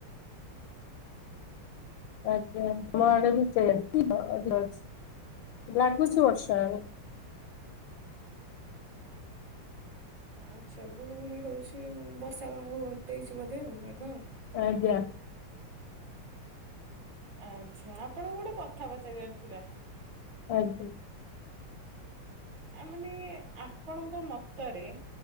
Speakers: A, on the left (about 75°); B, on the right (about 60°).
A: ଆଜ୍ଞା ଆମ ଆଡ଼େ ବି ସେଇୟା <inaudible> ଅଛି ଲାଗୁଛି ବର୍ଷା
B: ଆଚ୍ଛା ଗୁଳୁ ଗୁଳି ହଉଛି ବର୍ଷା <unintelligible> ଘୋଟେଇଛି ବୋଧେ ମେଘ ଆଉ।
A: ଆଜ୍ଞା।
B: ଆଚ୍ଛା ଆପଣଙ୍କୁ ଗୋଟେ କଥା ପଚାରିବାର ଥିଲା?
A: ଆଜ୍ଞା।
B: ଆ ମାନେ ଆପଣଙ୍କ ମତରେ